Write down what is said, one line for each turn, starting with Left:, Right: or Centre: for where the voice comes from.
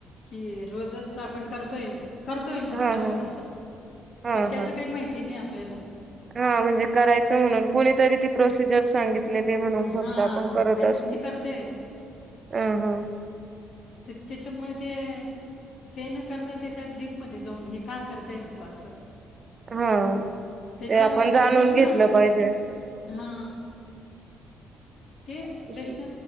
Left: की रोजच आपण करतोय. करतोय नुसतं
Right: हा हा
Left: बा असं
Right: हा
Left: पण त्याच
Right: हा
Left: काही माहिती नाही आपल्याला.
Right: हा म्हणजे करायचं म्हणून कुणीतरी ती प्रोसिजर सांगि तली म्हणून
Left: हां
Right: फक्त आपण करत
Left: आणि
Right: असतो
Left: मग ते करते.
Right: ह, ह.
Left: त त्याच्यामुळे ते ते न करता त्याच्यात डीपमध्ये जाऊन हे का करतायत असं
Right: हा
Left: त्याच्या
Right: ते आपण जाणून
Left: त्याच्यातून
Right: घेतलं
Left: आपल्याला
Right: पाहिजे.
Left: हा ते प्रश्न
Right: स-